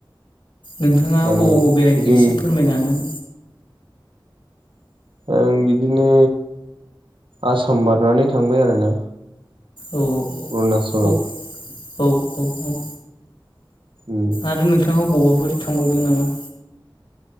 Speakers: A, on the left; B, on the right.
A: नोंथाङा
B: माने
A: अबाव अबा बेरायखो
B: जोंनि
A: एसे फोरमायनो हागोन?
B: आं बिदिनो आसाम बारनानै थांबाय आरोना।
A: औ
B: अरुणाचलाव।
A: औ औ औ औ
B: उम
A: आरो नोंथांङा अबावबा बाफोर थांबावदों नामा?